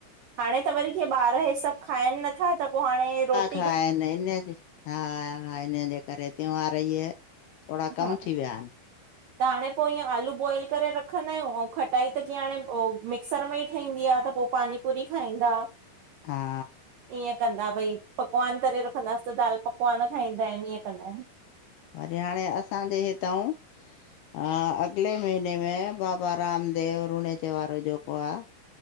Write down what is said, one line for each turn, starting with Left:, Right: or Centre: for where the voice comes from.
Right: हाणे त वरी क ॿार ह सब खाइन नथा त पोइ हाणे रोट --
Left: इनजे हा- हा इन जे करे त्यौहार इये -- थोरा कम
Right: हा
Left: थी विया आहिन।
Right: त हाणे पोइ ईअं आलू बॉइल करे रखंदा आहियूं ऐं खटाई त जीअं हाणे मिक्सर में ई ठहंदी आ त पोइ -- पानी पुरी खाईंदा
Left: हा
Right: ईअं कंदा भई -- पकवान तरे रखंदास त दाल पकवान खाईंदा आहिन ईअं कंदा आहिन।
Left: वरी हाणे असांजे हितऊ -- हा अगले महीने में बाबा रामदेव रूणे त्यौहार जो को आ --